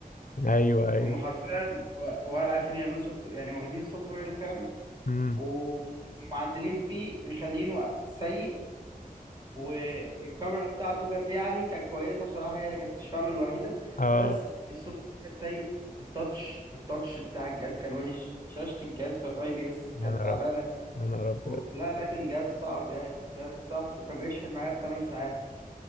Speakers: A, on the left; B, on the right.
A: ايوه ايوه
B: هم حرفيا و- ولا عارفين يعملوا سوفت يعني واخدين السوفت وير الخام
A: امم
B: ومعدلين فيه مخلينه سيء والكاميرا بتاعته كانت يعني كانت كويسه بصراحه يعني كانت تشفعله الوحيده
A: اه
B: بس السوفت كان سيء التاتش التاتش بتاع الجهاز كان وحش شاشه الجهاز كانت اي بي اس كانت
A: يا نهار
B: تعبانه
A: ابيض يا نهار ابيض
B: و- لا لا كان جهاز صعب يعني جهاز صعب وكان بيشحن معايا في 8 ساعات